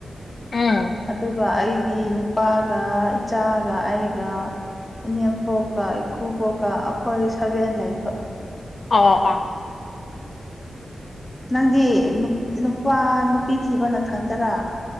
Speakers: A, on the left; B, on the left.
A: ꯎꯝ
B: ꯑꯗꯨꯒ ꯑꯩꯒꯤ ꯅꯨꯄꯥꯒ ꯏꯆꯥꯒ ꯑꯩꯒ ꯏꯅꯦꯝꯄꯣꯛꯀ ꯏꯀꯨꯕꯣꯛꯀ ꯑꯩꯈꯣꯏ ꯁꯕꯦꯟ ꯂꯩꯕ
A: ꯑꯣ ꯑꯣ
B: ꯅꯪꯗꯤ ꯅꯨꯄꯥ ꯅꯨꯄꯤ ꯊꯤꯕ ꯅꯊꯟꯗꯔꯥ